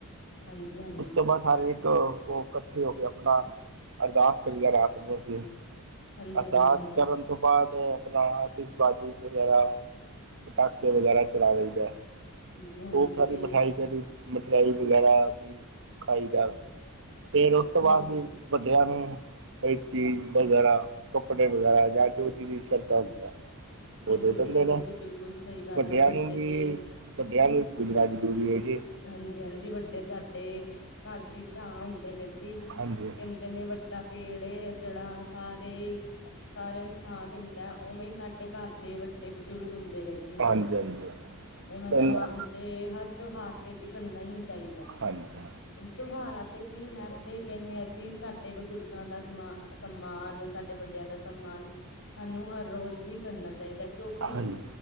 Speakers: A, on the left; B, on the right.
A: ਹਾਂਜੀ, ਹਾਂਜੀ।
B: ਉਸ ਤੋਂ ਬਾਅਦ, ਸਾਰੇ ਇੱਕ ਉਹ ਇਕੱਠੇ ਹੋ ਕੇ ਆਪਣਾ ਅਰਦਾਸ ਕਰੀਦਾ ਰਾਤ ਨੂੰ ਅਸੀਂ
A: ਹਾਂਜੀ
B: ਅਰਦਾਸ
A: ਹਾਂਜੀ
B: ਕਰਨ ਤੋਂ ਬਾਅਦ, ਆਪਣਾ ਆਤਿਸ਼ਬਾਜੀ ਵਗੈਰਾ ਪਟਾਕੇ ਵਗੈਰਾ ਚਲਾ ਲਈਦਾ,
A: ਹਾਂਜੀ ਹਾਂਜੀ
B: ਖੂਬ ਸਾਰੀ
A: ਫੇ
B: ਮਿਠਾਈ ਜਿਹੜੀ ਮਠਿਆਈ ਵਗੈਰਾ ਵੀ ਖਾਈਦਾ, ਫੇਰ ਉਸ ਤੋਂ
A: ਹਾਂਜੀ
B: ਬਾਅਦ ਵੀ ਵੱਡਿਆਂ ਨੂੰ ਬਈ ਚੀਜ਼ ਵਗੈਰਾ, ਕੱਪੜੇ ਵਗੈਰਾ ਜਾਂ ਜੋ ਚੀ ਦੀ ਸ਼ਰਧਾ ਹੁੰਦੀਆ।
A: ਹਾਂਜੀ
B: ਉਹ ਦੇ ਦਿੰਦੇ
A: ਬਿਲਕੁਲ
B: ਨੇ,
A: ਜੀ ਬਿਲਕੁਲ ਸਹੀ ਗੱਲ
B: ਵੱਡਿਆਂ
A: ਏ ਵੱਡੇ
B: ਨੂੰ ਵੀ,
A: ਤੇ
B: ਵੱਡਿਆਂ ਨੂੰ ਵੀ ਪੁੱਜਣਾ ਜਰੂਰੀ ਹੈ ਜੀ।
A: ਹਾਂਜੀ-ਹਾਂਜੀ, ਵੱਡੇ ਤੁਹਾਡੇ ਘਰ ਦੀ ਛਾਂ ਹੁੰਦੇ ਨੇ ਜੀ।
B: ਹਾਂਜੀ
A: ਜਿੰਨੇ ਵੱਡਾ ਪੇੜ ਏ, ਜਿਹੜਾ ਸਾਰੇ ਸਾਰਿਆਂ ਨੂੰ ਛਾਂ ਦਿੰਦਾ ਉਵੇਂ ਸਾਡੇ ਦੇ ਘਰ ਦੇ ਵੱਡੇ ਬਜ਼ੁਰਗ ਹੁੰਦੇ ਨੇ ਜੀ।
B: ਹਾਂਜੀ ਹਾਂਜੀ
A: ਉਹਨਾਂ
B: ਪਹਿਲਾਂ
A: ਦਾ ਮਾਨ ਤੇ, ਹਰ ਤਿਉਹਾਰ ਤੇ ਜੀ ਕਰਨਾ ਹੀ ਚਾਹੀਦਾ।
B: ਹਾਂਜੀ
A: ਤਉਹਾਰਾ ਤੇ ਕੀ ਮੈਂ ਤੇ ਕਹਿੰਦੀ ਆ ਜੀ, ਸਾਡੇ ਬਜ਼ੁਰਗਾਂ ਦਾ ਸਮਾਨ-ਸਮਾਨ, ਸਾਡੇ ਵੱਡਿਆਂ ਦਾ ਸਮਾਨ ਸਾਨੂੰ ਹਰ ਰੋਜ਼ ਹੀ ਕਰਨਾ ਚਾਹੀਦਾ, ਕਿਉਂਕਿ
B: ਹਾਂਜੀ